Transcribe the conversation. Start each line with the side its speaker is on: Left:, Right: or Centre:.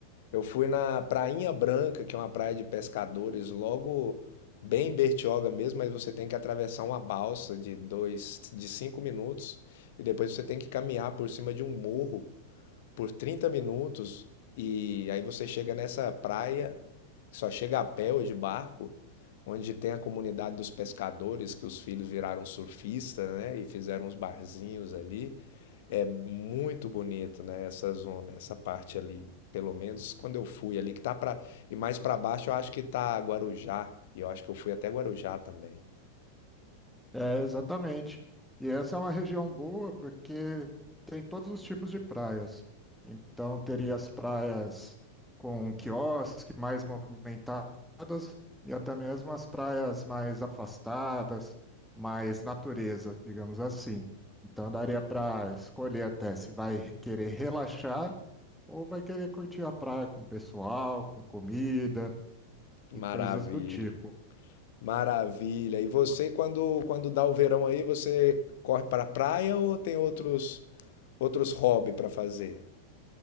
Left: eu fui na Prainha Branca, que é uma praia de pescadores, logo bem em Bertioga mesmo, mas você tem que atravessar uma balsa de dois, de cinco minutos e depois você tem que caminhar por cima de um morro por 30 minutos e aí você chega nessa praia, que só chega a pé ou de barco, onde tem a comunidade dos pescadores, que os filhos viraram surfistas, né, e fizeram uns barzinhos ali. É muito bonito, né, essa zona, essa parte ali. Pelo menos quando eu fui ali, que tá para E mais para baixo eu acho que tá Guarujá. E eu acho que eu fui até Guarujá também.
Centre: É, exatamente. E essa é uma região boa porque tem todos os tipos de praias. Então, teria as praias com quiosque mais movimentadas e até mesmo as praias mais afastadas, mais natureza, digamos assim. Então, daria para escolher até se vai querer relaxar ou vai querer curtir a praia com o pessoal, com comida e
Left: Maravilha.
Centre: coisas do tipo.
Left: Maravilha. E você, quando, quando dá o verão aí, você corre para a praia ou tem outros outros hobbies para fazer?